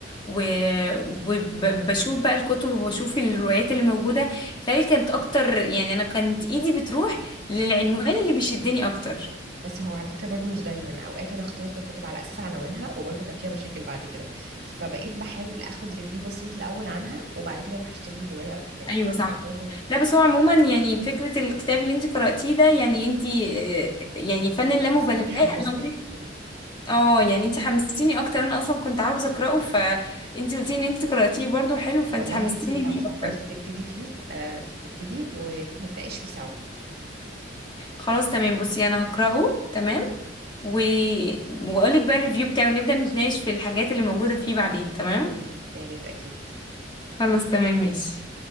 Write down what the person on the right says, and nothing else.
بس هو على فكره برضو مش دايما اوقات انا اخترت كتب على اساس عناوينها وبرضو كان فيها مشاكل بعد كده فبقيت بحاول اخد ريفيو بسيط الاول عنها وبعد كده اروح اشتري الروايه او الكتاب
طب برضو
حسن حمستك
مم.
والله
لو
فكرت
تبتدي فيه آه، ابتدي ونتناقش فيه سوا
يا ريت يا ريت اكيد